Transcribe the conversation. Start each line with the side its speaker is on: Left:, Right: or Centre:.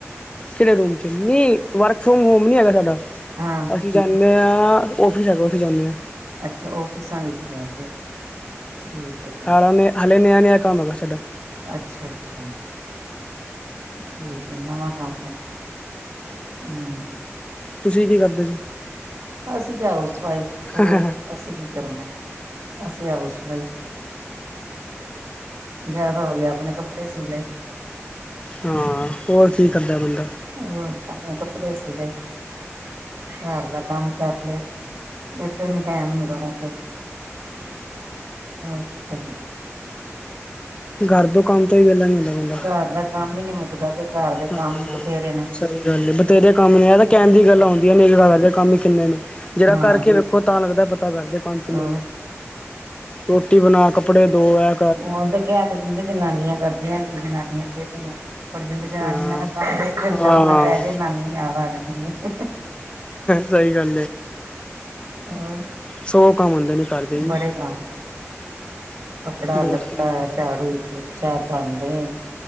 Left: ਕੇੜੇ ਰੂਮ ਚ, ਨਈਂ ਵਰਕ ਫਰੋਮ ਹੋਮ ਨੀ ਹੈਗਾ ਸਾਡਾ।
Right: ਹਾਂ।
Left: ਅਸੀਂ ਜਾਂਨੇ ਆਂ ਔਫਿਸ ਹੈਗਾ ਔਫਿਸ ਜਾਂਨੇ ਆਂ।
Right: ਅੱਛਾ ਔਫਿਸਾਂ ਵਿੱਚ ਕਰਦੇ ਓਂ, ਠੀਕ ਐ ਠੀ
Left: ਹਾਲਾਂ ਨੇ ਹਲੇ ਨਆ-ਨਆ ਕੰਮ ਹੈਗਾ ਸਾਡਾ।
Right: ਅੱਛਾ-ਅੱਛਾ। ਠੀਕ ਐ ਨਵਾਂ ਕੰਮ ਐ, ਹੂੰ।
Left: ਤੁਸੀਂ ਕੀ ਕਰਦੇ ਜੀ।
Right: ਅਸੀਂ ਤੇ ਹਾਊਸ ਵਾਈਫ ਹੋਰ
Left: ਹਾਂ
Right: ਅਸੀਂ ਕੀ ਕਰਨਾ, ਅਸੀਂ ਹਾਊਸ ਵਾਈਫ। ਜਾਦਾ ਹੋ ਗੇਆ ਆਪਨੇ ਕੱਪੜੇ ਸੀਅ ਲਏ।
Left: ਹਾਂ, ਹੋਰ ਕੀ ਕਰਦਾ ਬੰਦਾ।
Right: ਹੋਰ ਆਪਨੇ ਕੱਪੜੇ ਸੀਲੇ। ਘਰ ਦਾ ਕੰਮ ਕਰਲੇਆ, ਏੱਥੇ ਈ ਨੀ ਟੈਮ ਮਿਲਦਾ ਤੇ ਹੋਰ ਕੀ ਕਰਨੈ?
Left: ਗਰ ਦੋ ਕੰਮ ਤੋਂ ਈ ਵੇਲਾ ਨੀ ਹੁੰਦਾ ਬੰਦਾ।
Right: ਘਰ ਦਾ ਕੰਮ ਈ ਨੀ ਮੁੱਕਦਾ ਤੇ। ਘਰ ਦੇ
Left: ਹਾਂ,
Right: ਕੰਮ ਬਥੇਰੇ ਨੇ
Left: ਸਈ ਗੱਲ ਏ ਬਤੇਰੇ ਕੰਮ ਨੇ ਆ ਤਾਂ ਕੈਨ ਦੀ ਗੱਲਾਂ ਹੁੰਦੀਆਂ ਨੇ <unintelligible> ਕੰਮ ਈ ਕਿੰਨੇ ਨੇ ਜਰਾ
Right: ਹਾਂ
Left: ਕਰਕੇ ਵੇਖੋ ਤਾਂ ਲੱਗਦਾ ਪਤਾ ਗਰਦੇ ਕੰਮ ਕਿੰਨੇ
Right: ਹੋਰ।
Left: ਨੇ। ਰੋਟੀ ਬਨਾ ਕੱਪੜੇ ਦੋਅ ਐ
Right: ਓਂ ਤੇ ਕੈ ਤੇ ਦਿੰਦੇ ਜਨਾਨੀਆਂ ਕਰਦੀਆਂ ਕੀ ਜਨਾਨੀਆਂ ਖੇਡਦੀ ਐਂ ਪਰ ਜੇ ਜਨਾਨੀਆਂ
Left: ਹਾਂ
Right: ਦਾ ਕੰਮ ਇੱਕ ਦਿਨ
Left: ਹਾਂ
Right: ਕਰਨਾ ਪੈ ਜੇ ਨਾਨੀ ਯਾਦ ਆ ਜਾਂਦੀ ਐ।
Left: ਸਈ ਗੱਲ
Right: ਹੋਰ
Left: ਸੋ ਕੰਮ ਹੁੰਦੇ ਨੇ। ਘਰ ਦੇ ਵੀ
Right: ਬੜੇ ਕੰਮ ਨੇ, ਕੱਪੜਾ
Left: ਬਹੁਤ
Right: ਲੱਤਾ
Left: ਕੰਮ
Right: ਐ, ਝਾੜੂ ਪੋ ਚਾ ਭਾਂਡੇ,